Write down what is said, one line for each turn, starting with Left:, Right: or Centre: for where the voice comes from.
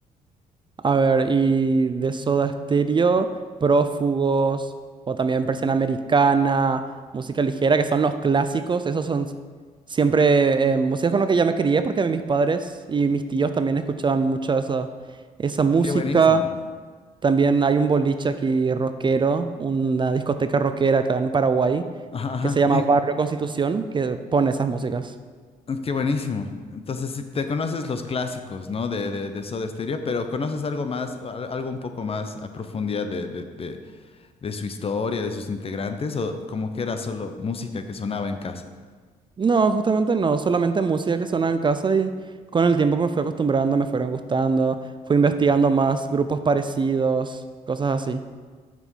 Right: A ver, y de Soda Stereo, Prófugos, o también Persiana Americana, música ligera, que son los clásicos. Esos son s- siempre eh, músicas con lo que yo me crié, porque mis padres y mis tíos también escuchaban mucho esa, esa música.
Left: Qué buenísimo.
Right: También hay un boliche aquí rockero, una discoteca rockera acá en Paraguay,
Left: Ajá, ajá.
Right: que se llama
Left: ¿Y,
Right: Barrio Constitución, que pone esas músicas.
Left: Qué buenísimo. Entonces, si te conoces los clásicos, ¿no? De, de, de Soda Stereo, pero conoces algo más, al- algo un poco más a profundidad de, de, de, de su historia, de sus integrantes, o como que era solo música que sonaba en casa.
Right: No, justamente no, solamente música que sonaba en casa y con el tiempo me fui acostumbrando, me fueron gustando, fui investigando más grupos parecidos, cosas así.